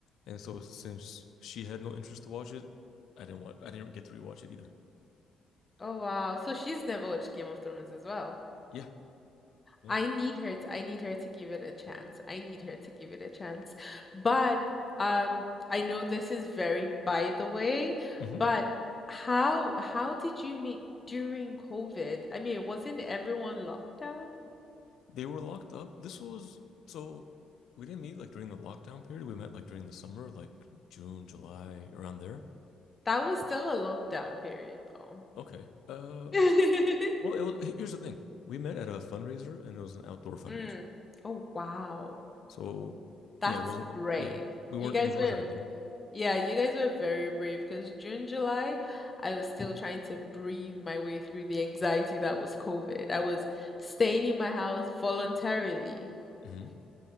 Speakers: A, on the left; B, on the left.
A: and so since she had no interest to watch it, I didn't want I didn't get to rewatch it either.
B: Oh wow. So she's never watched Game of Thrones as well.
A: Yeah, yeah.
B: I need her to I need her to give it a chance. I need her to give it a chance. But um I know this is very by the way,
A: hmm
B: but how how did you meet during COVID? I mean, wasn't everyone locked down?
A: They were locked up. This was so we didn't meet like during the lockdown period. We met like during the summer, like June, July, around there.
B: That was still a lockdown period though.
A: Okay. Uh,
B: <laughs>
A: Well, it was, here's the thing. We met at a fundraiser and it was an outdoor fundraiser.
B: Mm. Oh wow.
A: So,
B: That's
A: yeah, it wasn't,
B: brave.
A: yeah, we
B: You
A: weren't
B: guys
A: indoors
B: were
A: or anything.
B: Yeah, you guys were very brave because June, July, I was still trying to breathe my way through the anxiety that was COVID. I was staying in my house voluntarily. <laughs>
A: hmm